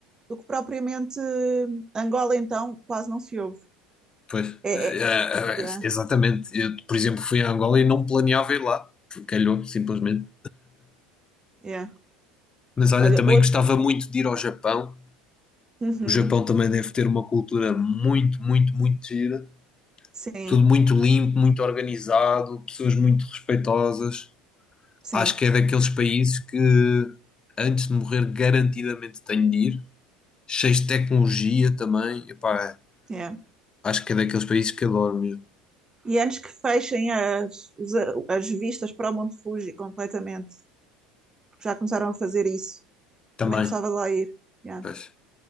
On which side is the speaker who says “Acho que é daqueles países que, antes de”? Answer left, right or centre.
Left